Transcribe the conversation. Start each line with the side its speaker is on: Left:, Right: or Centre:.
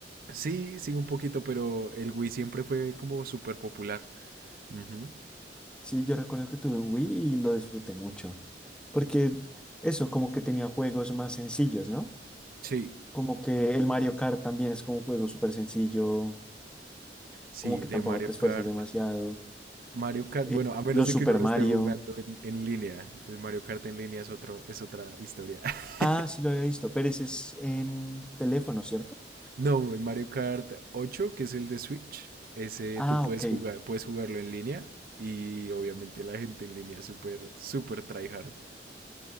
Right: sí, sí, un poquito, pero el Wii siempre fue como súper popular. Ujú.
Centre: Sí, yo recuerdo que tuve un Wii y lo disfruté mucho. Porque eso, como que tenía juegos más sencillos, ¿no?
Right: Sí,
Centre: Como que el Mario Kart también es como un juego súper sencillo,
Right: sí,
Centre: como que
Right: de
Centre: tampoco
Right: Mario
Centre: te esfuerzas
Right: Kart.
Centre: demasiado.
Right: Mario Kart,
Centre: Eh,
Right: bueno, a menos
Centre: los
Right: de
Centre: Super
Right: que uno lo
Centre: Mario.
Right: esté jugando en, en línea. El Mario Kart en línea es otro, es otra historia. <laughs>
Centre: Ah, sí lo había visto, pero ese es en teléfono, ¿cierto?
Right: No, el Mario Kart ocho, que es el de Switch, ese
Centre: Ah,
Right: tú puedes
Centre: ok.
Right: jugar, puedes jugarlo en línea. Y obviamente la gente en línea es súper, súper tryhard.